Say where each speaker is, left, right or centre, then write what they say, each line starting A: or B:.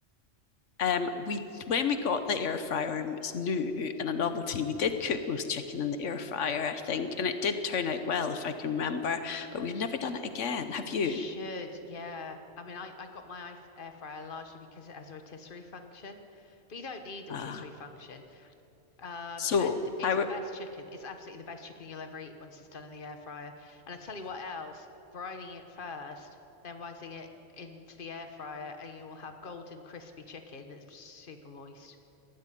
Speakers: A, on the left; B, on the left.
A: Um, we when we got the air fryer and it was new and a novelty, we did cook roast chicken in the air fryer, I think, and it did turn out well if I can remember. But we've never done it again. Have
B: You
A: you?
B: should, yeah. I mean, I, I got my air f- air fryer largely because it has a rotisserie function, but you don't need the
A: Uh,
B: rotisserie function. Um,
A: so
B: and it's
A: I
B: the best chicken. It's absolutely the best chicken you'll ever eat once it's done in the air fryer. And I tell you what else, brining it first, then rising it into the air fryer, and you will have golden crispy chicken that's super moist.